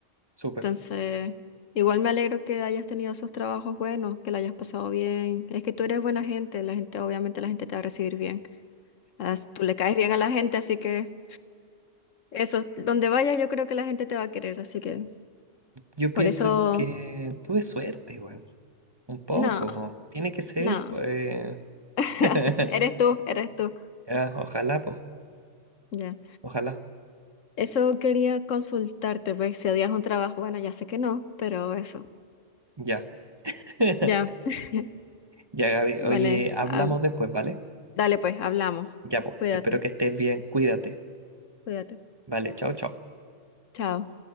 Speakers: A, on the right; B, on the left.
A: Súper.
B: Entonces, igual me alegro que hayas tenido esos trabajos buenos, que la hayas pasado bien. Es que tú eres buena gente, la gente, obviamente la gente te va a recibir bien. As- Tú le caes bien a la gente, así que eso, donde vayas yo creo que la gente te va a querer, así que
A: Yo pienso
B: por eso,
A: que tuve suerte igual, un poco.
B: no,
A: Tiene que ser,
B: no,
A: pues.
B: <laughs>
A: <laughs>
B: eres tú, eres tú.
A: Ah, Ojalá, pues.
B: Ya.
A: Ojalá.
B: Eso quería consultarte, pues si odias un trabajo, bueno, ya sé que no, pero eso,
A: Ya. <laughs>
B: ya. <laughs>
A: Ya, Gaby.
B: Vale,
A: Oye, hablamos
B: hab-
A: después, ¿vale?
B: dale pues, hablamos.
A: Ya, pues.
B: Cuídate,
A: Espero que estés bien. Cuídate.
B: cuídate.
A: Vale, chao, chao.
B: Chao.